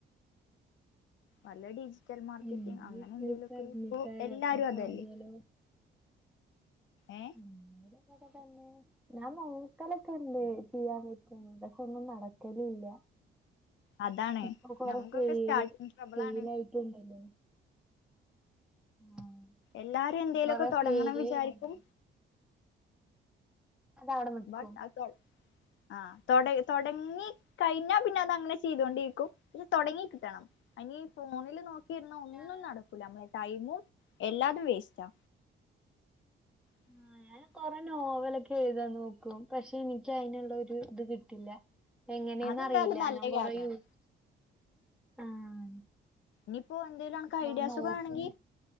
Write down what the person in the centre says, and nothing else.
എന്ത്
വിശേഷം
അറിഞ്ഞിട്ടാ
എപ്പ
പാളിയാലോ
ഇന്ന വിടിങ്ങനൊക്കെത്തന്നെ ഞാൻ നോക്കലൊക്കെ ണ്ട് ചെയ്യാൻ പറ്റുന്ന് പക്ഷെ ഒന്നും നടക്കെല് ഇല്ല
ഇപ്പൊ കൊറേ
ഫീൽ
ഫെയിൽആയി ട്ട് ണ്ടല്ലോ ആഹ്
കൊറേ
ഫെയ്ല്ഇണ്ട്
അത് അവിടെ നിക്കും
ഞാൻ
ആഹ് ഞാൻ കൊറെ നോവലൊക്കെ എഴുതാൻ നോക്കും പക്ഷെ എനിക്ക് അയ്ന്ള്ള ഒരു ത് കിട്ടില്ല എങ്ങനെന്ന്
അറിയില്ല
ഞാ കൊറേ
യൂസ് ആഹ്
ആഹ് നോക്കും